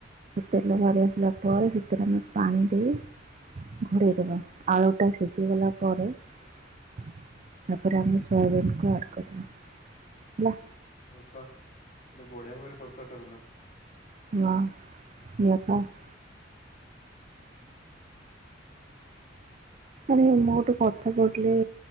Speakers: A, on the right (about 40°); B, on the left (about 40°).
A: ତେଲ
B: ହୁଁ
A: ବାହାରି ଆସିଲା ପରେ ସେତିରେ ଆମେ ପାଣି ଦେଇ ଦେଇ ଦେଵା ଆଳୁ ଟା ସିଝିଗଲା ପରେ ତାପରେ ଆମେ ସୋୟାବିନ କୁ ଆଡ କରିବା ହେଲା?
B: ଆରେ ବା ବଢିଆ ଭାବରେ କଷଟା ହେଲା।
A: ହଁ <unintelligible> ଆରେ ମୁଁ ଗୋଟେ କଥା କହୁଥିଲି?